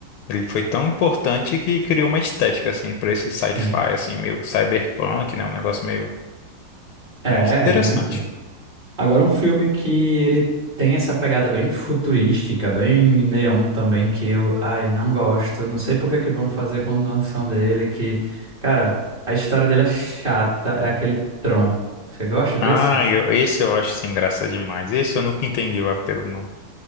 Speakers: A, on the left; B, on the right.
A: Ele foi tão importante que criou uma estética, assim, para esse sci-fi,
B: Sim.
A: assim, meio cyberpunk, né? Um negócio meio
B: É,
A: muito interessante.
B: muito. Agora, um filme que ele tem essa pegada bem futurística, bem neon também, que eu, ai, não gosto. Não sei por que que vão fazer continuação dele, que, cara, a história dele é chata, é aquele Tron. Você gosta
A: Ah,
B: desse?
A: eu- esse eu acho sem graça demais. Esse eu nunca entendi o apelo, não.